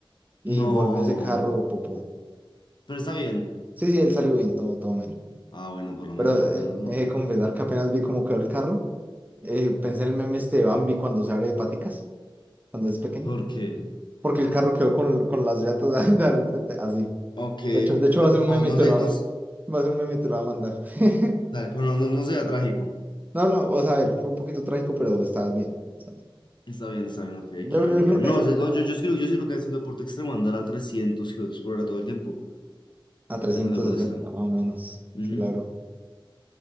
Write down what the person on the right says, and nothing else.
y
volvió ese carro, popó.
Sí, sí, él salió bien, todo, todo
Pero
<laughs>
eh,
he de confesar que apenas vi cómo quedó el carro. eh, pensé en el meme este de Bambi cuando se abre de paticas, cuando es pequeño.
Porque el carro quedó con, con las llantas <laughs> de- de al frente, así.
De hecho, de hecho
va a ser un meme
y te
lo
va,
va a ser un meme y te lo va a mandar. <laughs>
No, no, o sea, a ver, fue un poquito trágico, pero estaba bien. Está bien.
Yo,
yo
creo
que es
cuando
van
a 360,
más o menos.
Claro.